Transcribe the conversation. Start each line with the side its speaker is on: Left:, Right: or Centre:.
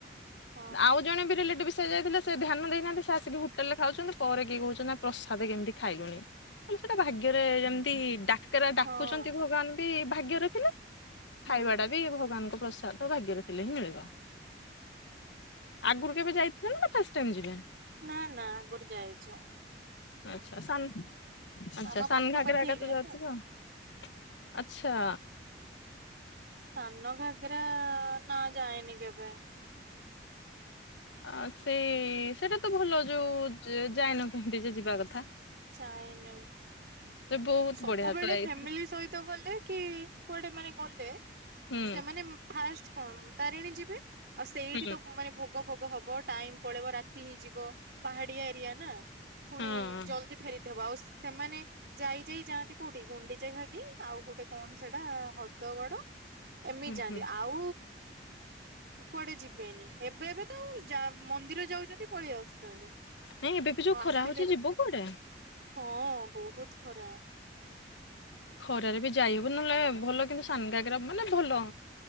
Right: ହଁ ହଁ
Left: ଆଉ ଜଣେ ବି ରିଲେଟିଭ ସେ ସେ ଯାଇଥିଲେ ସେ ଧ୍ୟାନ ଦେଇନାହାନ୍ତି ସେ ଆସିକି ହୋଟେଲ ରେ ଖାଉଚନ୍ତି ପରେ କିଏ କୋହୁଚନ୍ତି ପ୍ରସାଦ କେମିତି ଖାଇଲୁନି। କଣ ସେଟା ଭାଗ୍ୟରେ ଯେମିତି ଡା ରା ଡାକୁଚନ୍ତି
Right: ହଁ
Left: ଭଗବାନ ବି ଭାଗ୍ୟରେ ଥିଲେ
Right: ହୁଁ।
Left: ଖାଇବାଟା ବି ଭଗବାନଙ୍କର ପ୍ରସାଦ। ଭାଗ୍ୟରେ ଥିଲେ ହିଁ ମିଳିବ ଆଗୁରୁ କେବେ ଯାଇଥିଲେ ନା ଏଟା ଫାଷ୍ଟ ଟାଇମ ଯିବେ।
Right: ନା ନା ଆଗୁରୁ ଯାଇଚୁ।
Left: ଆଚ୍ଛା ସାନ ଆଚ୍ଛା
Right: ଆମ
Left: ସନ୍ଘାଗରେ
Right: ପାଖାପାଖି
Left: ଆଗ
Right: ଏରିଆ
Left: ତ ଯାଉଥିବ <unintelligible> ଆଚ୍ଛା।
Right: ସାନ ଘାଗରା ନାଁ ଯାଏନି କେବେ।
Left: ଆ ସେଇ ସେଇଟା ତ ଭଲ ଯୋଉ ଯାଇନ କେମତି ଯେ ଯିବା କଥା।
Right: ଚାଇନମ
Left: ସେ ବହୁତ
Right: ସବୁବେଳେ
Left: ବଢିଆ ତ ଏଇ
Right: ଫ୍ୟାମିଲି ସହିତ ଗଲେ କି କୁଆଡେ ମାନେ ଗଲେ
Left: ହୁଁ
Right: ସେମାନେ ଫାଷ୍ଟ କଣ ତାରିଣୀ ଯିବେ ଆଉ ସେଇଠି
Left: ହୁଁ
Right: ତ ମାନେ ଭୋଗ ଫୋଗ ଫୋଗ ହବ ଟାଇମ ପଳେଇବ ରାତି ହେଇଯିବ ପାହାଡିଆ ଏରିଆ ନା <unintelligible> ପୁଣି
Left: ହଁ
Right: ଜଲଦି ଫେରିଦବ ଆଉ ସେମାନେ ଯାଇ ଯାଇ ଯାଆନ୍ତି କୋଉଠି ଗୁଣ୍ଡିଚ ଘା କି ଆଉ ଗୋଟେ କଣ ସେଇଟା ହଦଗଡ ଏମିତି
Left: ହୁଁ
Right: ଯାଆନ୍ତି ଆଉ
Left: <inaudible>
Right: କୁଆଡେ ଯିବେନି ଏବେ ଏବେ ତ ମନ୍ଦିର ଯାଉଛନ୍ତି ପଳେଇ ଆସୁଛନ୍ତି।
Left: ନାଇଁ ଏବେ ବି ଯୋଉ
Right: ଆଉ
Left: ଖରା
Right: ଆସିଲେ
Left: ହଉଛି
Right: ନା
Left: ଯିବ କୁଆଡେ?
Right: ହଁ ବହୁତ ଖରା।
Left: ଖରାରେ ବି ଯାଇ ହବ ନହେଲେ ଭଲ କିନ୍ତୁ ସାନ ଗାଗରା ମାନେ ଭଲ